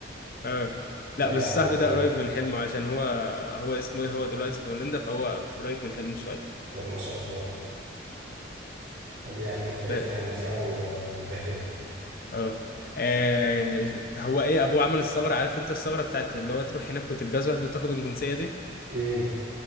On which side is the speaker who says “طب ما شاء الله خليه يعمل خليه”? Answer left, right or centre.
Right